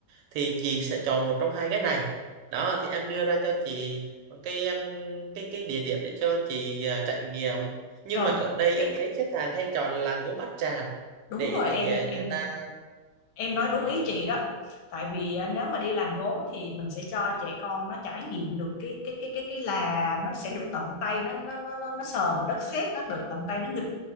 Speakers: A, on the right; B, on the left.
A: thì chị sẽ chọn một trong hai cái này đó thì em đưa ra cho chị một cái em, cái cái địa điểm để cho chị ờ, trải nghiệm nhưng
B: Rồi
A: mà ở đây
B: cái
A: em thấy khách hàng hay chọn làng gốm Bát Tràng
B: đúng
A: để
B: rồi
A: để
B: em em
A: ờ, người ta
B: em nói đúng
A: ừm,
B: ý chị đó. Tại vì à, nếu mà đi làm gốm thì mình sẽ cho trẻ con nó trải nghiệm được cái cái cái cái cái là nó sẽ được tận tay nó nó nó nó, nó sờ vào đất sét nó được tận tay nó nghịch